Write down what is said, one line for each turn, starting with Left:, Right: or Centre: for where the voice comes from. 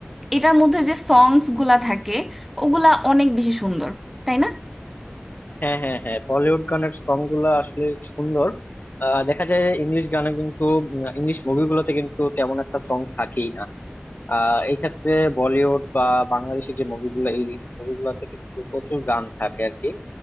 Centre: এটার মধ্যে যে সংসগুলা থাকে ওগুলা অনেক বেশি সুন্দর তাই না
Left: হ্যাঁ হ্যাঁ হ্যাঁ বলিউড গানের সং গুলো আসলে সুন্দর আহ, দেখা যায় ইংলিশ গানে কিন্তু ইংলিশ মুভিগুলোতে কিন্তু তেমন একটা সং থাকেই না আহ এই ক্ষেত্রে বলিউড বা বাংলাদেশের যে মুভিগুলো এই মুভিগুলোতে কিন্তু প্রচুর গান থাকে আর কি